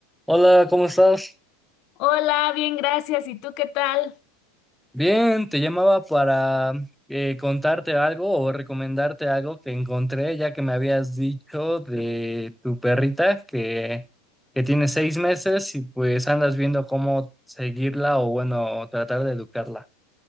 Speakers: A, in the centre; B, on the left (about 50°).
A: Hola, ¿cómo estás?
B: Hola, bien, gracias. ¿Y tú qué tal?
A: Bien, te llamaba para eh, contarte algo o recomendarte algo que encontré, ya que me habías dicho de tu perrita que, que tiene seis meses y pues andas viendo cómo seguirla o bueno, tratar de educarla.